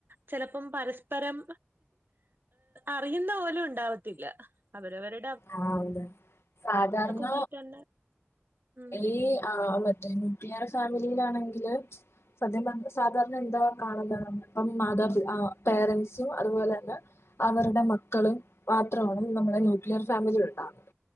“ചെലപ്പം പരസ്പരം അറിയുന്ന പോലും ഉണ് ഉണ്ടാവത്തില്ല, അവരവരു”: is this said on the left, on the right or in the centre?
Right